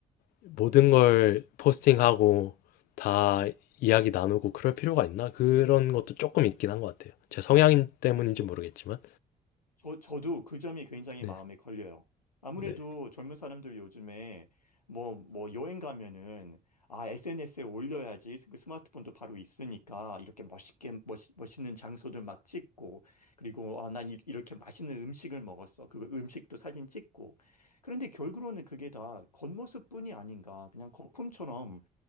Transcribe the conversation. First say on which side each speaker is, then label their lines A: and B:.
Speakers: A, on the left (about 50°); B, on the left (about 85°).
A: 모든 걸 포스팅하고 다 이야기 나누고 그럴 필요가 있나? 그런 것도 조금 있긴 한 것 같아요. 제 성향 때문인지
B: 네, 저,
A: 모르겠지만.
B: 저, 저도 그 점이 굉장히
A: 네,
B: 마음에 걸려요. 아무래도
A: 네,
B: 젊은 사람들 요즘에 뭐, 뭐 여행 가면은 아, SNS에 올려야지 그 스마트폰도 바로 있으니까 이렇게 멋있게, 멋, 멋있는 장소들 막 찍고 그리고 아, 난 이, 이렇게 맛있는 음식을 먹었어. 그 음식도 사진 찍고. 그런데 결국은 그게 다 겉모습뿐이 아닌가. 그냥 거품처럼